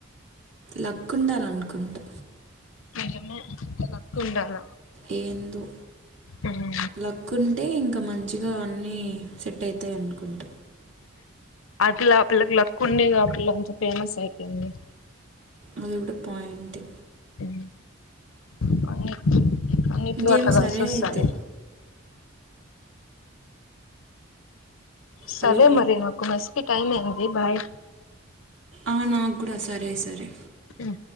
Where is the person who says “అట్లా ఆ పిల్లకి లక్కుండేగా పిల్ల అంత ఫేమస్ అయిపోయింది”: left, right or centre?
Left